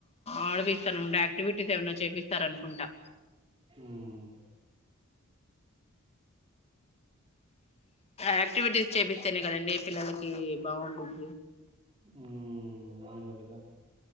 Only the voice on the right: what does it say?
ఉమ్
ఉమ్ అవును కదా